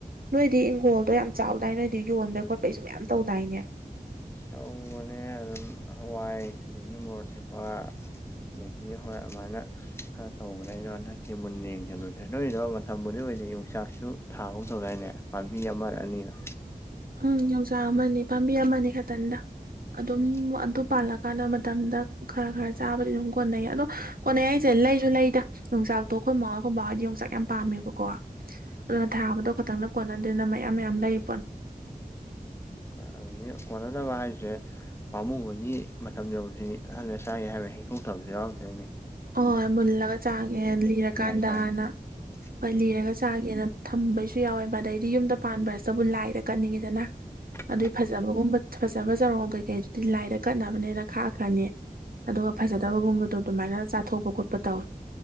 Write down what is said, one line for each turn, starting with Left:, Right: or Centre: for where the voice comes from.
Right: ꯅꯣꯏꯗꯤ ꯏꯪꯈꯣꯜꯗꯣ ꯌꯥꯝ ꯆꯥꯎꯗꯥꯏ ꯅꯣꯏꯗꯤ ꯌꯣꯟꯕꯩ ꯈꯣꯠꯄꯩꯁꯨꯨꯝ ꯃ꯭ꯌꯥꯝ ꯇꯧꯗꯥꯏꯅꯦ
Left: ꯇꯧꯕꯅꯦ ꯑꯗꯨꯝ ꯍꯋꯥꯏ ꯑꯗꯒꯤ ꯃꯣꯔꯛ ꯇꯦꯛꯄ ꯗꯒꯤ ꯍꯣꯏ ꯑꯃꯥꯏꯅ ꯈꯔ ꯇꯧꯕꯅꯦ ꯑꯩꯗꯣ ꯍꯟꯗꯛꯇꯤ ꯃꯨꯟꯅ ꯌꯦꯡꯁꯤꯟꯂꯨꯗ꯭ꯔꯦ ꯅꯣꯏꯗꯣ ꯃꯇꯝꯕꯨꯗꯤ ꯑꯣꯏꯗꯤ ꯌꯣꯡꯆꯥꯛꯁꯨ ꯊꯥ ꯒꯨꯝ ꯇꯧꯗꯥꯏꯅꯦ ꯄꯥꯝꯕꯤ ꯑꯃꯔ ꯑꯅꯤꯔ
Right: ꯎꯝ ꯌꯣꯡꯆꯥꯛ ꯑꯃꯅꯤ ꯄꯥꯝꯕꯤ ꯑꯃꯅꯤ ꯈꯇꯟꯗ ꯑꯗꯨꯝ
Left: ꯎꯝ
Right: ꯑꯗꯨ ꯄꯥꯜꯂꯛ ꯀꯥꯟꯅ ꯃꯇꯝꯗ ꯈꯔ ꯈꯔ ꯆꯥꯕꯗꯤ ꯑꯗꯨꯝ ꯀꯣꯟꯅꯩ ꯑꯗꯣ ꯀꯣꯟꯅꯩ ꯍꯥꯏꯁꯦ ꯂꯩꯁꯨ ꯂꯩꯗ ꯌꯣꯡꯆꯥꯛꯇꯣ ꯈꯣꯏ ꯃꯥ ꯈꯣꯏ ꯕꯥ ꯑꯣꯢꯗꯤ ꯌꯣꯡꯆꯥꯛ ꯌꯥꯝ ꯄꯥꯝꯃꯦꯕꯀꯣ ꯑꯗꯨꯅ
Left: ꯎꯝ
Right: ꯊꯥꯕꯗꯣ ꯈꯛꯇꯪꯅ ꯀꯣꯟꯅꯗꯦꯅ ꯃꯌꯥꯝ ꯃꯌꯥꯝ ꯂꯩ ꯄꯣꯟ
Left: ꯑꯥꯒꯤ ꯀꯣꯟꯅꯗꯕ ꯍꯥꯏꯖꯦ ꯄꯥꯝꯃꯨꯕꯒꯤ ꯃꯇꯝ ꯌꯧꯗ꯭ꯔꯤ <unintelligible> ꯂꯩꯔ ꯆꯥꯏ ꯍꯥꯏꯕꯩ ꯍꯦꯛꯇꯣꯛꯇꯕꯁꯨ ꯌꯥꯎꯔꯝꯗꯣꯏꯃꯤ
Right: ꯑꯣꯏ ꯃꯨꯜꯂꯒ ꯆꯥꯒꯦ ꯂꯤꯔꯀꯥꯟꯗꯅ
Left: ꯍꯥꯏꯇꯥꯔꯦ ꯎꯝ
Right: ꯍꯣꯏ ꯂꯤꯔꯒ ꯆꯥꯒꯦꯅ ꯊꯝꯕꯩꯁꯨ ꯌꯥꯎꯋꯦꯕ ꯑꯗꯩꯗꯤ ꯌꯨꯝꯗ ꯄꯥꯟꯕꯥꯁꯇꯕꯨ ꯂꯥꯏꯗ ꯀꯠꯅꯤꯡꯉꯤꯗꯅ
Left: ꯎꯝ
Right: ꯑꯗꯨꯏ ꯐꯖ ꯐꯖꯕꯒꯨꯝꯕ ꯐꯖꯕ ꯆꯥꯔꯣꯡ ꯀꯩꯀꯩꯗꯨꯗꯤ ꯂꯥꯏꯗ ꯀꯠꯅꯕꯅꯦꯅ ꯈꯥꯛꯈ꯭ꯔꯅꯤ ꯑꯗꯨꯒ ꯐꯖꯗꯕꯒꯨꯝꯕꯗꯣ ꯑꯗꯨꯃꯥꯏꯅ ꯆꯥꯊꯣꯛꯄ ꯈꯣꯠꯄ ꯇꯧꯋꯦ